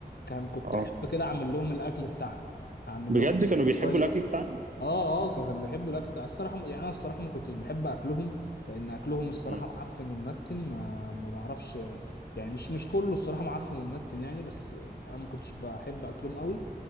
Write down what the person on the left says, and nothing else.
كان كنت
أحب كده أعمل لهم الأكل بتاعنا أعمل
لهم مثلا
شوية
اه اه كانوا بيحبوا الاكل بتاع الصراحه يعني انا الصراحه ما كنتش بحب اكلهم لان اكلهم الصراحه
معفن ومنتن ما ما بعرفش يعني مش مش كله الصراحه معفن ومنتن يعني بس انا ما كنتش بحب اكلهم قوي